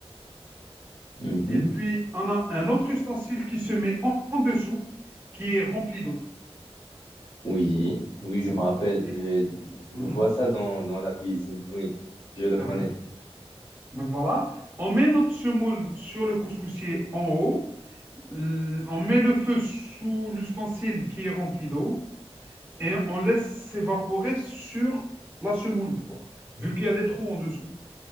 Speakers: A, on the left; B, on the right.
A: Mhm.
B: Et puis, on a un autre ustensile qui se met en, en dessous, qui est rempli d'eau.
A: Oui, oui, je me rappelle.
B: Ok.
A: Je,
B: Mhm,
A: je vois ça dans, dans la cuisine. Oui, je le
B: très
A: connais.
B: bien. Donc voilà, on met notre semoule sur le couscoussier en haut. L- On met le feu sous l'ustensile qui est rempli d'eau. et on laisse s'évaporer sur la semoule, quoi. Vu qu'il y a des trous en dessous.